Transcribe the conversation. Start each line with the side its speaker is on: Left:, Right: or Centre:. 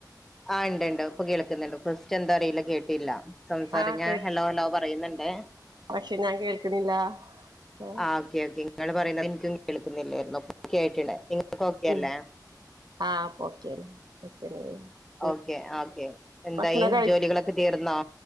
Centre: ആ ഉണ്ട് ഇപ്പൊ കേൾക്കുന്നുണ്ട് ഫസ്റ്റ് എന്താ അറിയില്ല കേ കേട്ടില്ല സംസാരം
Right: ആ
Centre: ഞാൻ
Right: കേ
Centre: ഹലോ ഹലോ പറയുന്നുണ്ട്
Right: പക്ഷെ ഞാൻ കേൾക്കണില്ല ആഹ്
Centre: ആ ഓക്കെ ഓക്കെ നിങ്ങള് പറയുന്നത് എനിക്കും കേൾക്കുന്നില്ലാര്ന്നു ഇപ്പം ഒക്കെ ആയിണ്ടുണ്ട് നിങ്ങക്ക് ഓക്കെ
Right: ഉം
Centre: അല്ലേ
Right: ആ ഇപ്പോ ഓക്കെയാണ് <unintelligible>
Centre: ഓക്കെ ഓക്കെ എന്തായി
Right: ഭക്ഷണം കഴി
Centre: ജോലികളൊക്കെ തീർന്നോ